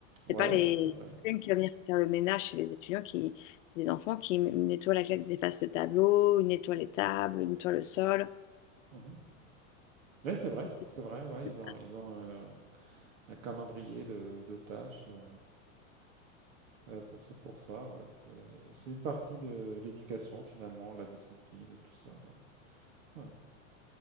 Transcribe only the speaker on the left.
C'est pas les
une qui va venir faire le ménage chez les étudiants, qui, les enfants qui m- nettoient la classe, ils effacent le tableau, ils nettoient les tables, ils nettoient le sol.
c'est-
c'est
pas-